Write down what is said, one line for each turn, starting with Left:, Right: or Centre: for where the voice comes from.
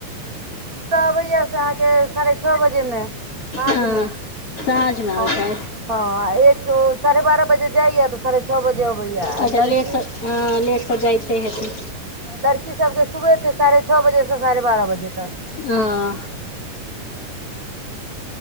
Right: ओतऽ सअबैया से अहाँके साढ़े छओ बजेमे साँझमे
Left: हं साझ मे आबैय
Right: आ हँ एक साढ़े बारह बजे जाइय तऽ साढ़े छ बजे अबैया आ
Left: अच्छा
Right: लड़की
Left: लेटस हँ लेटसँ जाइते हेथिन
Right: लड़की सबके सुबह छै साढ़े छओ बजे से साढ़े बारह बजे तक
Left: हं